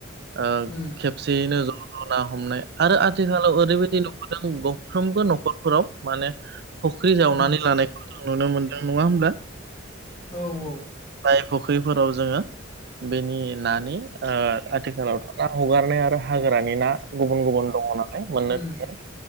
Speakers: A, on the right (about 55°); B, on the left (about 20°).
A: ओ
B: उम
A: खेबसेयैनो ज' ना हमनाय आरो आथिखालाव ओरैबायदि नुबोदों गंफ्रोमबो न'खरफोराव माने फुख्रि जावनानै
B: उम
A: लानायखौ जों नुनो मोनदों नङा होमब्ला
B: औ औ
A: फ्राय फुख्रिफोराव जोङो बेनि नानि आथिखालावथ' ना हगारनाय आरो हाग्रानि ना गुबुन गुबुन दङ' नालाय मोननो
B: उम
A: थांङो